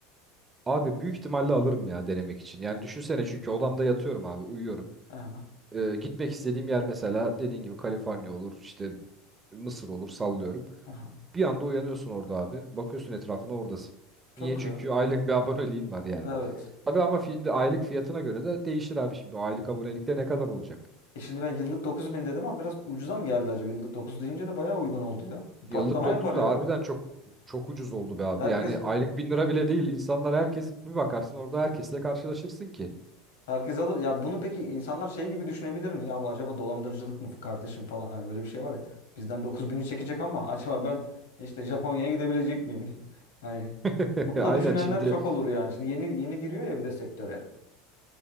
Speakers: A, on the right; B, on the left.
A: Abi büyük ihtimalle alırım ya denemek için. Yani düşünsene çünkü odamda yatıyorum abi uyuyorum.
B: Aha,
A: Ee, gitmek istediğim yer mesela dediğin gibi Kaliforniya olur, işte Mısır olur sallıyorum.
B: aha.
A: Bir anda uyanıyorsun orada abi. Bakıyorsun etrafına oradasın.
B: Çok
A: Niye?
B: güzel.
A: Çünkü aylık bir <laughs> aboneliğin var yani.
B: Evet.
A: Tabii ama filmde aylık fiyatına göre de değişir abi şimdi. O aylık abonelikte ne kadar olacak?
B: E şimdi ben yıllık 9 bin dedim ama biraz ucuza mı geldi acaba? Yıllık 9 deyince de bayağı uygun oldu ya.
A: Yıllık
B: Patlama
A: 9
B: yapar ya.
A: da harbiden çok çok ucuz oldu be abi.
B: Herkes
A: Yani aylık 1000 lira bile değil. İnsanlar herkes bir bakarsın orada herkesle karşılaşırsın ki.
B: Herkes alır. Ya bunu peki insanlar şey gibi düşünebilir mi? Ya bu acaba dolandırıcılık mı kardeşim falan hani böyle bir şey var ya. Bizden dokuz bini çekecek ama acaba ben işte Japonya'ya gidebilecek miyim? <laughs> Hani
A: <laughs>
B: bunu
A: Aynen
B: da düşünenler
A: şimdi
B: çok olur yani. Şimdi yeni yeni giriyor ya bir de sektöre.